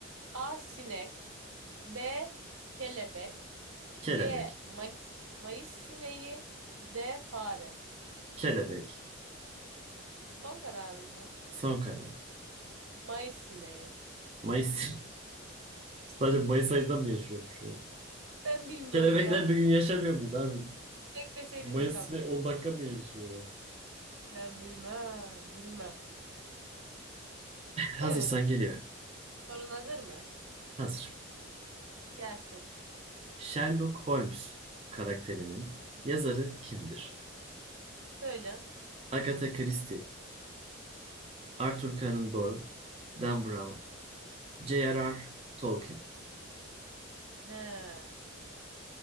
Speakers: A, on the right; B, on the right.
A: A. Sinek B. Kelebek
B: kelebek,
A: C. Mayıs, Mayıs sineği D. Fare
B: kelebek.
A: Son kararın mı?
B: Son karar.
A: Mayıs sineği.
B: Mayıs. <laughs> Sadece Mayıs ayından mı yaşıyormuş yani?
A: Ben bilmiyorum
B: Kelebekler
A: bunu artık.
B: bir gün yaşamıyor muydu abi?
A: Tek deseydin
B: Mayıs'ta
A: de kabul et.
B: 10 dakika mı yaşıyor ya?
A: Ben bilmem, bilmem.
B: Hazırsan
A: Evet,
B: geliyor.
A: sorun hazır mı?
B: Hazır.
A: Gelsin.
B: Sherlock Holmes karakterinin yazarı kimdir?
A: Söyle.
B: Agatha Christie, Arthur Conan Doyle, Dan Brown, J.R.R. Tolkien.
A: He.